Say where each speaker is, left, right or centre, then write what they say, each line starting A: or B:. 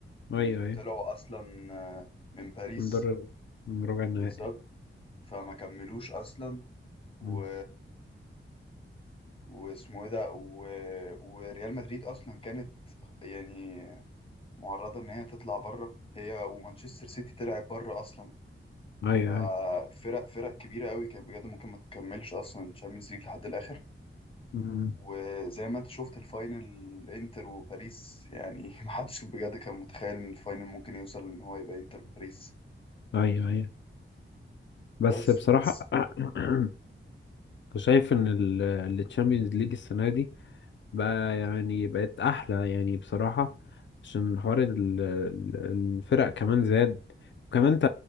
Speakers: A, on the left; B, on the left.
A: ايوه
B: وطلعوا
A: ايوه
B: اصلا آه، من باريس
A: نضر من ربع النهائي
B: بالظبط فما كملوش اصلا و...
A: مم.
B: واسمه ايه ده و... وريال مدريد اصلا كانت يعني معرضة ان هي تطلع بره هي ومانشستر سيتي طلعت بره اصلا
A: ايوه
B: ففرق
A: ايوه
B: فرق كبيرة قوي كانت بجد ممكن ما تكملش اصلا تشامبيونز ليج لحد الاخر
A: مم.
B: وزي ما انت شفت الفاينل انتر وباريس يعني <laughs> محدش بجد كان متخيل ان الفاينل ممكن يوصل ان هو يبقى انتر وباريس
A: ايوه ايوه بس
B: بس
A: بصراحة
B: بس
A: <clears throat> شايف ان التشامبيونز ليج السنة دي بقى يعني بقت احلى يعني بصراحة عشان حوار ال- ال- الفرق كمان زاد وكمان انت